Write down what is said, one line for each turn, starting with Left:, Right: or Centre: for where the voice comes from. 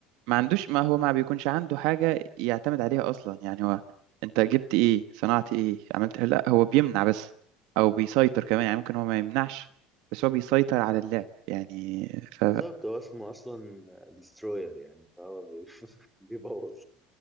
Right: ما عندوش ما هو ما بيكونش عنده حاجة يعتمد عليها أصلا يعني هو أنت جبت إيه صنعت إيه عملت إيه؟ لا هو بيمنع بس أو بيسيطر كمان يعني ممكن هو ما يمنعش بس هو بيسيطر على اللعب يعني ف
Centre: بالظبط هو اسمه اصلا ديستروير يعني فهو بي- <laughs> بيبوظ